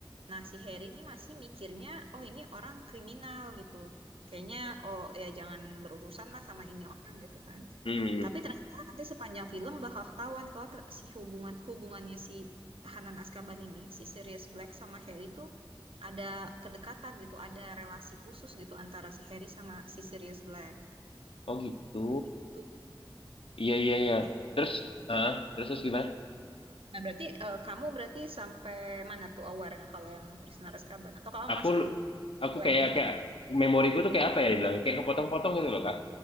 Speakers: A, on the right; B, on the left.
A: Nah, si Harry ini masih mikirnya, oh ini orang kriminal gitu. Kayaknya, oh ya jangan berurusan lah sama ini orang gitu kan.
B: Hmm. hmm, hmm.
A: Tapi ternyata nanti sepanjang film bakal ketahuan kalau ter- si hubungan hubungannya si tahanan Azkaban ini, si Sirius Black sama Harry tuh ada kedekatan gitu, ada relasi khusus gitu antara si Harry sama si Sirius Black.
B: Oh gitu.
A: Itu,
B: Iya iya iya.
A: nah,
B: Terus, ah, terus terus gimana?
A: nah berarti eh, kamu berarti sampai mana tuh awarenya kalau yang Prisoner Azkaban? Atau kamu
B: aku
A: masih
B: aku
A: blank
B: kayak
A: banget?
B: kayak memoriku tuh kayak apa ya dibilang kayak kepotong-potong gitu loh Kak.